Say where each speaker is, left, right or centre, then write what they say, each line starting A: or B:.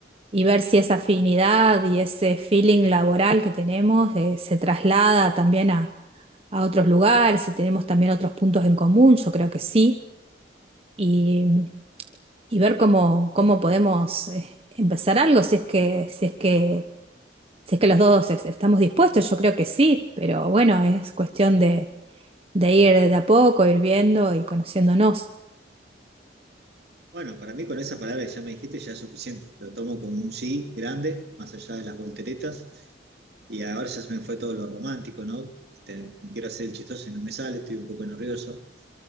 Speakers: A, on the right; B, on the right.
A: y ver si esa afinidad y ese feeling laboral que tenemos eh, se traslada también a, a otros lugares, si tenemos también otros puntos en común, yo creo que sí, y, y ver cómo, cómo podemos eh, empezar algo, si es que, si es que, si es que los dos es- estamos dispuestos, yo creo que sí, pero bueno, es cuestión de, de ir de a poco, ir viendo y conociéndonos.
B: Bueno, para mí con esa palabra que ya me dijiste ya es suficiente, lo tomo como un sí grande, más allá de las volteretas y ahora ya se me fue todo lo romántico, ¿no? Te- quiero hacer el chistoso y no me sale, estoy un poco nervioso.